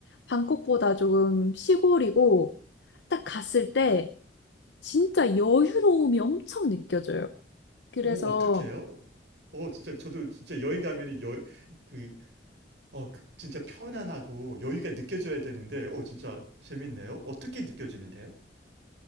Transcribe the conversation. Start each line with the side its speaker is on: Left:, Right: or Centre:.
Left: 방콕보다 조금 시골이고, 딱 갔을 때 진짜 여유로움이 엄청 느껴져요. 그래서
Right: 오, 어떡해요? 어, 어, 진짜 저도 진짜 여행 가면은 여, 그, 어, 그 진짜 편안하고 여유가 느껴져야 되는데, 어, 진짜 재밌네요. 어떻게 느껴지는데요?